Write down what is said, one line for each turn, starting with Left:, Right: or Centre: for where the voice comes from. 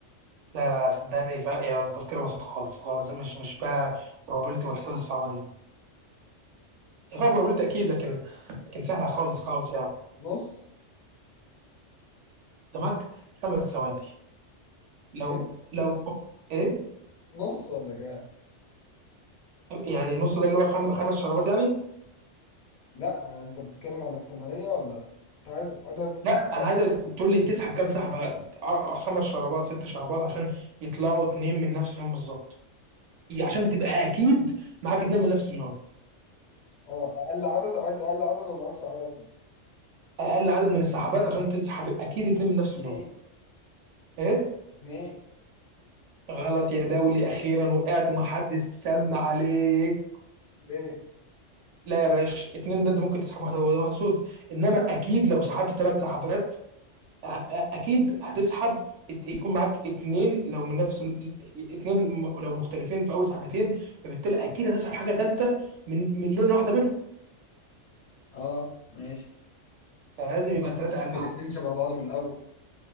Right: لا لا صدقني فا يا تفكير بسيط خالص خالص مش مش بقى بروبابيلتي والحسابات الصعبه دي هي فيها بروبابيلتي اكيد لكن لكن سهله خالص خالص يعني
Left: <laughs> نص
Right: قدامك خمس ثواني لو
Left: ايه
Right: لو ايه
Left: نص ولا كام
Right: يعني النص ده اللي هو خم... خمس شرابات يعني
Left: لا انت بتتكلم عن الاحتماليه ولا انت عايز عدد السحبات
Right: لا انا عايزك تقول لي تسحب كام سحبه أ- أ- خمس شرابات ست شرابات عشان يطلعوا اتنين من نفس اللون بالظبط ي- عشان تبقى اكيد معاك اتنين من نفس اللون
Left: اه اقل عدد عايز اقل عدد ولا اقصى عدد
Right: اقل عدد من السحبات عشان تسحب اكيد اتنين من نفس اللون
Left: اتنين
Right: ايه
Left: اتنين
Right: غلط يا دولي اخيرا وقعت ومحدش سمع عليك
Left: ليه
Right: لا يا باشا اتنين ده انت ممكن تسحب واحده واحده واحده سود انما اكيد لو سحبت ثلاث سحبات اكيد هتسحب ات- يكون معاك اتنين لو من نفس ال- اتنين م- لو مختلفين في اول سحبتين فبالتالي اكيد هتسحب حاجه ثالثه من من لون واحده منهم
Left: اه ماشي
Right: يعني لازم
Left: بس انت
Right: يبقى
Left: ممكن
Right: ثلاثه
Left: تسحب
Right: اقل
Left: الاتنين
Right: حاجه
Left: شبه بعض من الاول